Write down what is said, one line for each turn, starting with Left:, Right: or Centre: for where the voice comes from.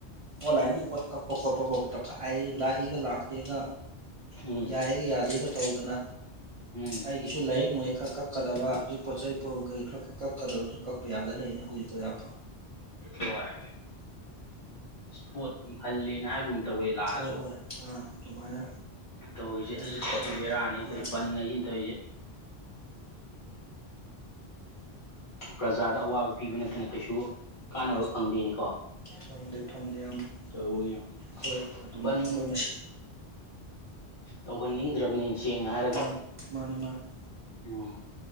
Right: ꯑꯣꯂꯥꯏꯒꯤ ꯄ ꯇꯛꯄ ꯈꯣꯠꯄꯄ ꯇꯀ ꯍꯥꯏ ꯂꯥꯛꯏꯒ ꯂꯥꯛꯇꯦꯒ
Left: ꯎꯝ
Right: ꯌꯥꯌꯦꯒ ꯌꯥꯗꯦꯒ ꯇꯧꯗꯅ
Left: ꯎꯝ
Right: ꯑꯩꯒꯤꯁꯨ ꯂꯥꯏꯔꯤꯛ ꯅꯨꯡꯉꯥꯏ ꯈꯔ ꯀꯛꯀꯗꯕ ꯑꯗꯨꯩ ꯄꯣꯠꯆꯩ ꯄꯣꯣꯔꯣ ꯀꯔꯤ ꯈꯔ ꯀꯛꯀꯗꯕꯁꯨ ꯀ ꯄꯥꯗ ꯂꯩꯅꯦ ꯍꯧꯖꯤꯥ
Left: ꯍꯣꯏ ꯄꯣꯠ ꯍꯜꯂꯦꯅ ꯍꯥꯏꯒꯨꯝ ꯇꯧꯋꯦ ꯂꯥꯛꯑꯁꯨ
Right: ꯍꯣꯏ ꯍꯣꯏ ꯑꯥ ꯑꯗꯨꯃꯥꯏꯅ
Left: ꯇꯧꯔꯤꯁꯦ
Right: ꯑꯩꯁꯨ
Left: ꯑꯁ
Right: ꯀꯛꯎꯕꯅꯤ
Left: ꯕꯤꯔꯥꯅꯤꯅ ꯇꯧꯔꯤ
Right: ꯌꯥꯗꯦ
Left: ꯕꯟꯁꯤꯅ ꯇꯧꯔꯤꯁꯦ ꯄ꯭ꯔꯖꯥꯗ ꯑꯋꯥꯕ ꯄꯤꯕ ꯅꯠꯇꯅ ꯀꯩꯁꯨ ꯀꯥꯟꯅꯕ ꯐꯪꯗꯦꯅꯤꯀꯣ
Right: ꯐꯪꯗꯦ ꯐꯪꯗꯦ ꯑꯌꯥꯝꯕ ꯑꯩꯈꯣꯏ
Left: ꯇꯧꯔꯤ
Right: ꯑꯗꯨꯝ
Left: ꯕꯟ
Right: ꯑꯩꯈꯣꯏ ꯃꯁ
Left: ꯇꯧꯍꯟꯅꯤꯡꯗ꯭ꯔꯕꯅꯤꯅ ꯁꯦꯡꯅ ꯍꯥꯏꯔꯒ
Right: ꯃꯥꯅꯤ ꯃꯥꯅꯤ ꯃꯥꯅꯤ
Left: ꯎꯝ